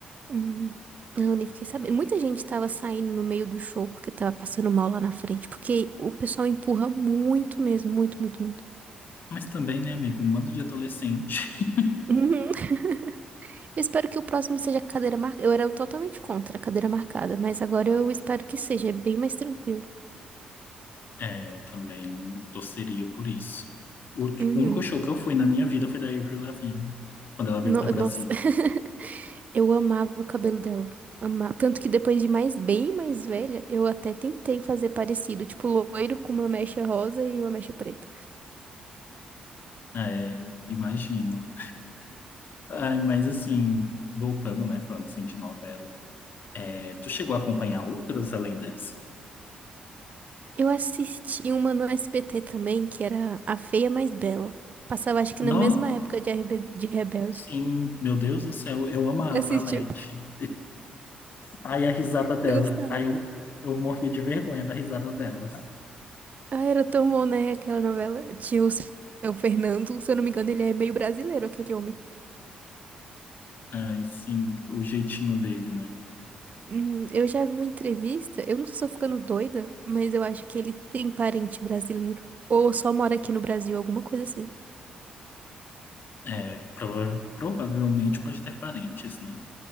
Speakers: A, on the right (about 40°); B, on the left (about 55°).
A: Hum, não, nem fiquei sabendo. Muita gente tava saindo no meio do show porque tava passando mal lá na frente. Porque o pessoal empurra muito mesmo, muito, muito, muito.
B: Mas também, né, amigo, um bando de adolescente. <laughs>
A: <laughs> Eu espero que o próximo seja a cadeira marcada. Eu era totalmente contra a cadeira marcada, mas agora eu espero que seja, é bem mais tranquilo.
B: É, eu também torceria por isso. O
A: Uhum.
B: o único show que eu fui na minha vida foi da Avril Lavigne, quando ela
A: No-
B: veio pra Brasília.
A: nossa, <laughs> eu amava o cabelo dela. Amava. Tanto que depois de mais, bem mais velha, eu até tentei fazer parecido, tipo loiro com uma mecha rosa e uma mecha preta.
B: É, imagino. Ai, mas assim, voltando, né, falando assim de novela. É, tu chegou a acompanhar outras além dessa?
A: Eu assisti uma no SBT também, que era A Feia Mais Bela. Passava, acho que
B: Nossa,
A: na mesma época de, RB de Rebelde.
B: sim, meu Deus do céu, eu amava
A: Você Assistiu?
B: a Leti. Aí a risada dela.
A: Eu gostava.
B: Aí eu, eu morria de vergonha da risada dela.
A: Ah, era tão bom, né? Aquela novela. Tinha o seu Fernando, se eu não me engano, ele é meio brasileiro, aquele homem.
B: Ai, sim, o jeitinho dele, né?
A: Hum, eu já vi uma entrevista, eu não sei se eu tô ficando doida, mas eu acho que ele tem parente brasileiro. Ou só mora aqui no Brasil, alguma coisa assim.
B: É, prova- provavelmente pode ter parentes, né?